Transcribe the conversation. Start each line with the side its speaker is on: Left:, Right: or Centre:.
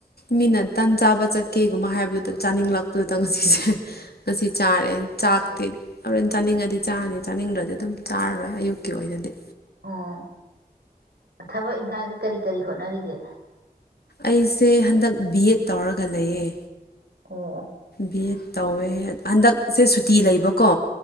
Left: ꯃꯤꯅ ꯇꯟ ꯆꯥꯕ ꯆꯠꯀꯦꯒꯨꯝꯕ ꯍꯥꯏꯕꯗꯨꯗ ꯆꯥꯅꯤꯡꯂꯛꯄꯗꯨꯗ ꯉꯁꯤꯁꯦ ꯉꯁꯤ ꯆꯥꯔꯦ ꯆꯥꯛꯇꯤ ꯍꯣꯔꯦꯟ ꯆꯥꯅꯤꯡꯉꯗꯤ ꯆꯥꯔꯅꯤ ꯆꯥꯅꯤꯡꯗ꯭ꯔꯗꯤ ꯑꯗꯨꯝ ꯆꯥꯔꯔꯣꯏ ꯑꯌꯨꯛ ꯀꯤ ꯑꯣꯏꯅꯗꯤ
Right: ꯑꯣ ꯊꯕꯛ ꯏꯟꯈꯥꯡꯗꯤ ꯀꯔꯤ ꯀꯔꯤ ꯍꯣꯠꯅꯔꯤꯒꯦ
Left: ꯑꯩꯁꯦ ꯍꯟꯗꯛ ꯕꯤ ꯑꯦꯠ ꯇꯧꯔꯒ ꯂꯩꯌꯦ
Right: ꯑꯣ ꯑꯣ
Left: ꯕꯤ ꯑꯦꯠ ꯇꯧꯋꯦ ꯍꯟꯗꯛꯁꯦ ꯁꯨꯇꯤ ꯂꯩꯕꯀꯣ